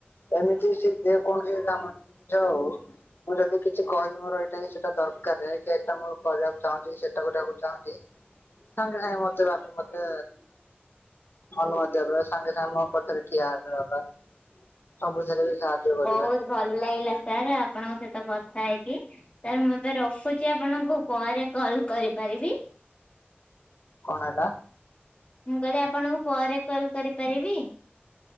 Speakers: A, on the left; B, on the left.
A: ଏମିତି ଯେକୌଣସି କାମ ଜିନିଷ ହଉ ମୁଁ ଯଦି କିଛି କହିବି ମୋର ଏଇଟା କି ସେଇଟା ଦରକାର ଏଟା ମୁଁ କରିବାକୁ ଚାହୁଁଛି ସେଟା କରିବାକୁ ଚାହୁଁଛି ସାଙ୍ଗେ ସାଙ୍ଗେ ମତେ ବାପା ମତେ ଅନୁମତି ଦେବେ ସାଙ୍ଗେ ସାଙ୍ଗେ ମୋ ପଛରେ ଠିଆ ହେବେ ବାପା ସବୁଥିରେ ବି ସାହାଯ୍ୟ କରିବେ।
B: ବହୁତ ଭଲ ଲାଗିଲା ସାର୍ ଆପଣଙ୍କ ସହିତ କଥା ହେଇକି ସାର୍ ମୁଁ ଏବେ ରଖୁଛି ରଖୁଛି ଆପଣଙ୍କୁ ପରେ କଲ କରିପାରିବି।
A: କଣ ହେଲା?
B: ମୁଁ କହିଲି ଆପଣଙ୍କୁ ପରେ କଲ କରିପାରିବି?